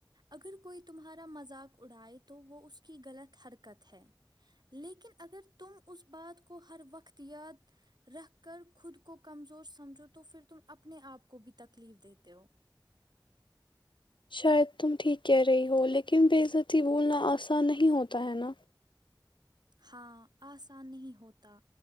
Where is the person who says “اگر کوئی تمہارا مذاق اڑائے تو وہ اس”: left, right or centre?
Right